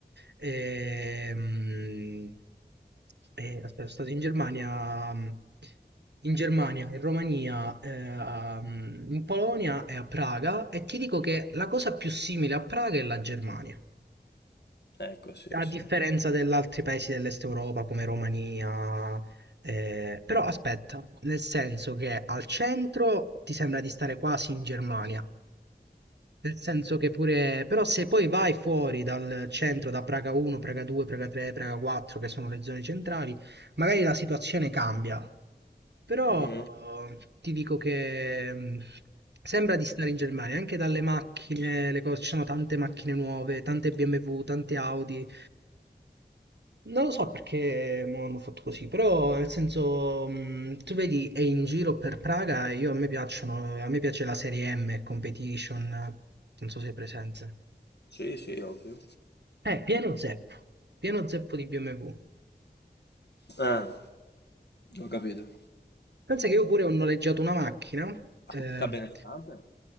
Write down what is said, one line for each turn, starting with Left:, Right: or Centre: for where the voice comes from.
Right: e, mm, e- aspetta, sono stato in Germania, mm, in Germania, in Romania, eh, a- mm, in Polonia e a Praga, e ti dico che la cosa più simile a Praga è la Germania.
Left: Ecco, sì,
Right: A
Left: sì.
Right: differenza degli altri paesi dell'Est Europa come Romania, eh, però aspetta, nel senso che al centro ti sembra di stare quasi in Germania, nel senso che pure, però se poi vai fuori dal centro, da Praga 1, Praga 2, Praga 3, Praga 4, che sono le zone centrali, magari la situazione cambia, però
Left: Mm.
Right: eh, ti dico che mh, sembra di stare in Germania, anche dalle macchine, le cose, ci sono tante macchine nuove, tante BMW, tante Audi. Non lo so perché mo hanno fatto così, però nel senso, mh, tu vedi, è in giro per Praga e io a me piacciono, a me piace la serie M, Competition, non so se è presente.
Left: Sì, sì, ovvio.
Right: Eh, pieno zeppo, pieno zeppo di BMW.
Left: Ah, Ho capito.
Right: Pensa che io pure ho noleggiato una macchina, eh,
Left: città benestante?